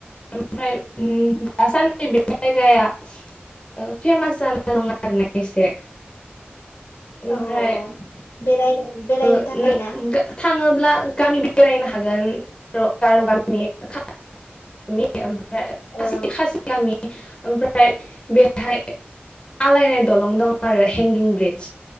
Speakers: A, on the left; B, on the left.
A: ओमफ्राय ओम दासान्दि बे जायगाया ओ फेमास जानाय नङा आरो ना एसे ओमफ्राय
B: औ औ बेरायनो बेरायनो
A: ओ
B: थाखाय
A: नों
B: ना
A: थाङोब्ला गामि बेरायनो हागोन न' गार' गामि <unintelligible> खासि
B: औ
A: खासि गामि ओमफ्राय बे बेहाय आलायनाय दलं दं आरो हेंगिं ब्रिज